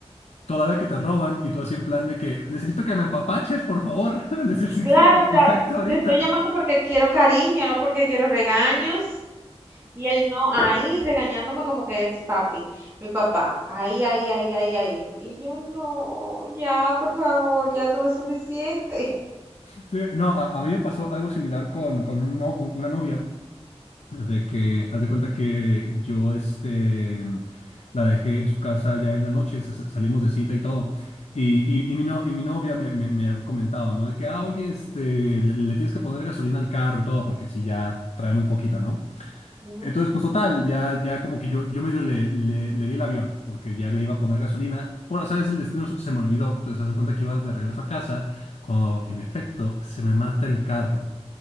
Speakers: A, on the left; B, on the right.
A: todavía que te roban y tú así en plan de que necesito que me empapaches, por favor, <laughs> necesito
B: Claro, o sea,
A: afecto ahorita.
B: te estoy llamando porque quiero cariño, no porque quiero regaños. Y él no, ahí regañándome como que es papi, mi papá. Ahí, ahí, ahí, ahí, ahí. Y yo no, ya, por favor, ya tuve suficiente.
A: Sí, no, a, a mí me pasó algo similar con, con un no- un- una novia, de que haz de cuenta que yo este, la dejé en su casa ya en la noche, se- se- salimos de cita y todo. Y, y, y mi, no- y mi novia me, me, me ha comentado, ¿no? De que, ah, oye, este, le, le tienes que poner gasolina al carro y todo, porque si ya trae muy poquita, ¿no?
B: Ujú.
A: Entonces, pues total, ya, ya como que yo, yo medio le, le, le di el avión, porque ya le iba a poner gasolina. Por azares del destino se se me olvidó. Entonces, hace cuenta que iba de regreso a casa, cuando en efecto se me mata el carro.